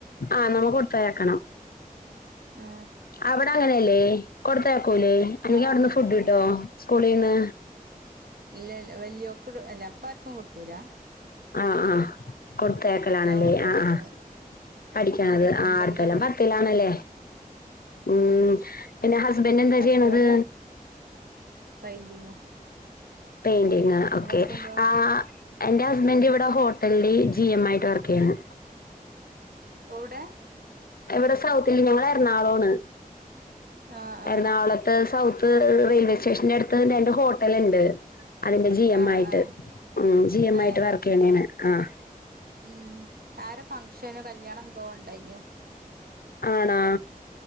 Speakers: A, on the left (about 80°); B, on the right (about 85°).
A: ആഹ് നമ്മുക്ക് കൊടുത്തയക്കണം
B: ആ
A: അവ് ടെ അങ്ങനല്ലേ കൊടുത്ത ക്കൂലേ അല്ലെങ്കിൽ
B: ആ
A: അവിടുന്ന് ഫുഡ് കിട്ടോ സ്കൂളീന്ന്
B: ഇല്ലല്ല വല്യൊ ക്ക് ട് അല്ല ഇപ്പ ആർക്കും കിട്ടൂല്ല
A: ആഹ് ആഹ് കൊടുത്തയക്കലാണ് ലേ
B: ഓള് പഠിക്കണ്
A: ആഹ് ആ പഠിക്കണത് ആ
B: ഒമ്പതിലാ
A: അടുത്തൊല്ലം
B: പഠി
A: പത്തിലാണ്
B: ഉം
A: ലേ ഊം
B: ഉം
A: പിന്നെ ഹസ്ബൻഡന്താ
B: മറ്റോനും
A: ചെയ്യണത്
B: പെയിന്റിങ്ങാ
A: പെയിന്റിങ്
B: അന്റെ
A: ഓക്കെ
B: ഹസ്ബന്റോ
A: ആ എൻ്റെ ഹ ഇവിടെ ഹോട്ടൽല് ജി എം ആയിട്ട് വർക്ക് ചെയ്യാണ്
B: ഒവ്ടെ
A: ഇവിടെ സൗത്തില് ഞങ്ങള് എറണാകുളം ആണ്
B: ആഹ് ആഹ്
A: എറണാകുളത്ത് സൗ ത്ത് റെയിൽവേ സ്റ്റേഷൻന്റെ അടുത്ത് രണ്ട് ഹോട്ടല് ഇണ്ട് അതിന്റെ ജി എം
B: ആഹ്
A: ആയിട്ട്
B: ആഹ്
A: ഉം ജി എം
B: ഏഹ്
A: ആയിട്ട് വർക്ക് ചെയ്യണേണ് ആഹ്
B: ഉം ആര ഫംഗഷന് കല്യാണം എന്തോ ഉണ്ടായിന്യോ
A: ആണോ